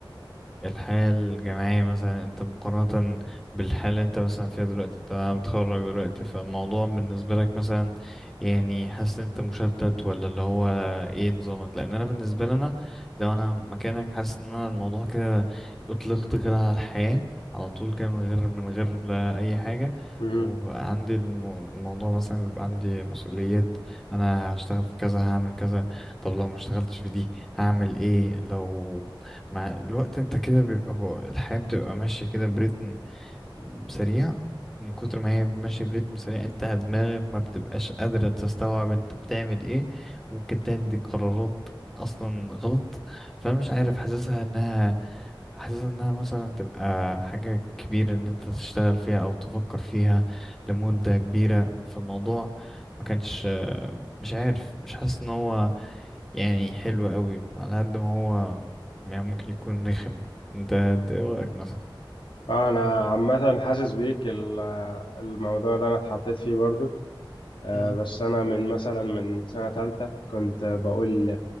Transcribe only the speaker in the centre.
الحياة الجامعية مثلا انت مقارنة بالحالة اللي انت مثلا فيها دلوقتي انت متخرج دلوقتي فالموضوع بالنسبة لك مثلا يعني حاسس ان انت مشتت ولا اللي هو ايه نظامك لان انا بالنسبة لي انا لو انا مكانك حاسس ان انا الموضوع كده اطلقت كده على الحياة على طول كده من غير من غير لا اي حاجة
وبقى عندي الم- الموضوع مثلا بيبقى عندي مسؤوليات انا هشتغل في كذا هعمل كذا طب لو ما اشتغلتش في دي هعمل ايه لو مع الوقت انت كده بيبقى بو- الحياة بتبقى ماشية كده بريتم سريع من كتر ما هي ماشية بريتم سريع انت دماغك ما بتبقاش قادرة تستوعب انت بتعمل ايه ممكن تدي قرارات اصلا غلط فانا مش
عارف حاسسها انها حاسسها انها مثلا تبقى حاجة كبيرة ان انت تشتغل فيها او تفكر فيها لمدة كبيرة في الموضوع ما كانش مش عارف مش حاسس ان هو يعني حلو قوي على قد ما هو يعني ممكن يكون رخم انت انت ايه رأيك مثلا
مم.